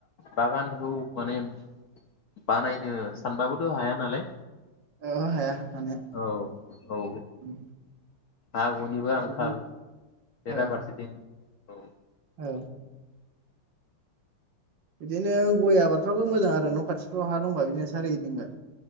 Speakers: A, on the left; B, on the right.
A: बागानखौ माने बानायनो सानबाबोथ' हाया नालाय
B: ओ ओ हाया हानाया
A: औ औ
B: ओं
A: हा हुनिबो आंखाल।
B: बिदि
A: बेरा
B: औ
A: फारसेथिं औ
B: औ बिदिनो गय आबादफ्राबो मोजां आरो न' खाथिफ्राव हा दंबा बिदिनो सारिगिदिंगा